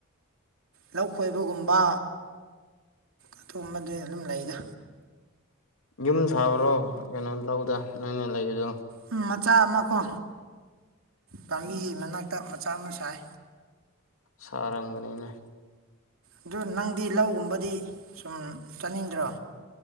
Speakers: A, on the right; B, on the left.
A: ꯂꯧ ꯈꯣꯏꯕꯒꯨꯝꯕ ꯑꯗꯨꯒꯝꯕꯗꯤ ꯑꯗꯨꯝ ꯂꯩꯗ
B: ꯌꯨꯝ ꯁꯥꯕ꯭ꯔꯣ ꯀꯩꯅꯣ ꯂꯧꯗ ꯅꯣꯏꯅ ꯂꯩꯕꯗꯣ
A: ꯎꯝ ꯃꯆꯥ ꯑꯃ ꯀꯣ ꯄꯥꯝꯕꯤ ꯃꯅꯥꯛꯇ ꯃꯆꯥ ꯑꯃ ꯁꯥꯏ
B: ꯁꯥꯔꯝꯒꯅꯤꯅ
A: ꯑꯗꯨ ꯅꯪꯗꯤ ꯂꯧꯒꯨꯝꯕꯗꯤ ꯁꯨꯝ ꯆꯥꯅꯤꯡꯗ꯭ꯔꯣ